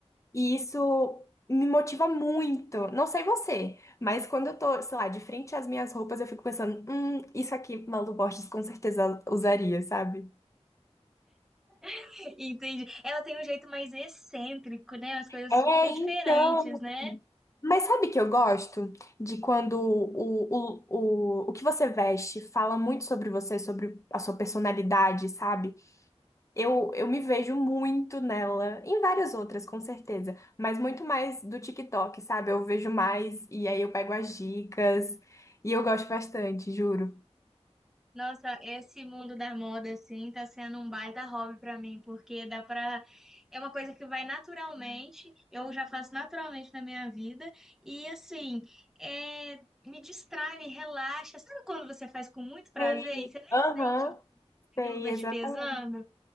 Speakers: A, on the left; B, in the centre.
A: E isso me motiva muito. Não sei você, mas quando eu tô, sei lá, de frente às minhas roupas, eu fico pensando, hum, isso aqui Malu Borges com certeza usaria, sabe?
B: <laughs> Entendi. Ela tem um jeito mais excêntrico, né? Umas coisas
A: É,
B: super
A: então.
B: diferentes, né?
A: Mas sabe que eu gosto de quando o, o, o, o que você veste fala muito sobre você, sobre a sua personalidade, sabe? Eu, eu me vejo muito nela, em várias outras, com certeza, mas muito mais do TikTok, sabe? Eu vejo mais e aí eu pego as dicas e eu gosto bastante, juro.
B: Nossa, esse mundo da moda, assim, tá sendo um baita hobby pra mim, porque dá pra. É uma coisa que vai naturalmente, eu já faço naturalmente na minha vida, e assim, é... me distrai, me relaxa. Sabe quando você faz com muito prazer
A: Sei,
B: e você nem
A: aham,
B: sente que
A: sei,
B: aquilo tá
A: exatamente.
B: te pesando?